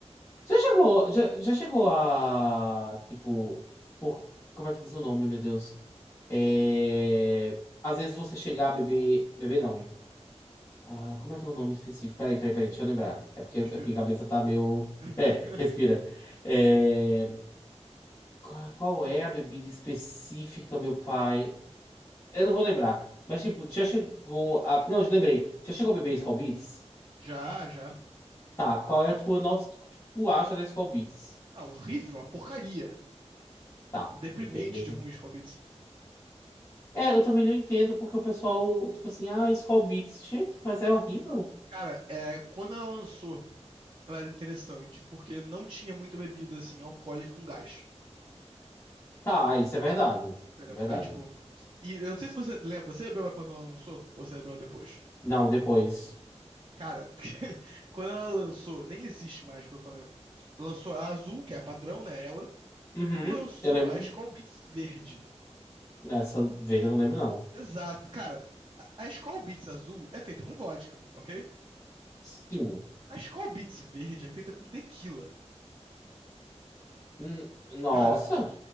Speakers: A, on the left (about 25°); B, on the right (about 40°).
A: Já chegou, já, já chegou a, tipo, por, como é que diz o nome, meu Deus? É, às vezes você chegar a beber, beber não. Ah, como é que é o nome específico? Peraí, peraí, peraí, deixa eu lembrar. É porque
B: Respira.
A: a minha cabeça tá meio...
B: <laughs>
A: É, respira. É, qu- qual é a bebida específica, meu pai? Eu não vou lembrar. Mas, tipo, já chegou a... Não, já lembrei. Já chegou a beber Skol Beats?
B: Já, já.
A: Tá, qual é a tua nossa, o que tu acha da Skol Beats?
B: Ah, horrível, uma porcaria.
A: Tá,
B: Deprimente
A: ok, mesmo.
B: de ruim Scovitz.
A: É, eu também não entendo porque o pessoal, tipo assim, ah, Skol Beats, gente, mas é horrível.
B: Cara, é, quando ela lançou, ela era interessante, porque não tinha muita bebida, assim, alcoólica com gás.
A: Tá, ah, isso é verdade.
B: Entendeu?
A: É Verdade.
B: Aí, tipo. E eu não sei se você lembra, você bebeu ela quando ela lançou? Ou você bebeu ela depois?
A: Não, depois.
B: Cara, <laughs> quando ela lançou, nem existe mais, pelo que eu lembro. Lançou a azul, que é a padrão, né? Ela.
A: Uhum,
B: E lançou
A: eu lembro.
B: a Skol Beats verde.
A: Nessa vez eu não lembro, não.
B: Exato, cara. A Skol Beats azul é feita com vodka, ok?
A: Sim.
B: A Skol Beats verde é feita com tequila.
A: Hum, Nossa,
B: Cara,